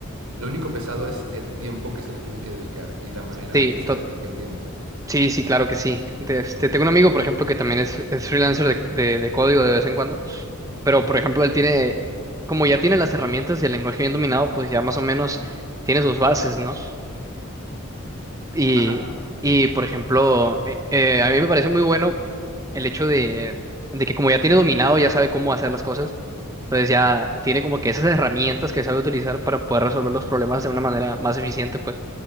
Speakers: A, on the right; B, on the right.
A: Lo único pesado es el tiempo que se le tiene que dedicar y la manera en
B: Sí,
A: la que se
B: to-
A: le dedica el tiempo.
B: sí, sí, claro que sí. De- Este, tengo un amigo, por ejemplo, que también es, es freelancer de, de de código de vez en cuando, pero, por ejemplo, él tiene, como ya tiene las herramientas y el lenguaje bien dominado, pues ya más o menos tiene sus bases, ¿no? Y,
A: Ajá.
B: y por ejemplo, eh, eh, a mí me parece muy bueno el hecho de, de que como ya tiene dominado, ya sabe cómo hacer las cosas, entonces ya tiene como que esas herramientas que sabe utilizar para poder resolver los problemas de una manera más eficiente, pues.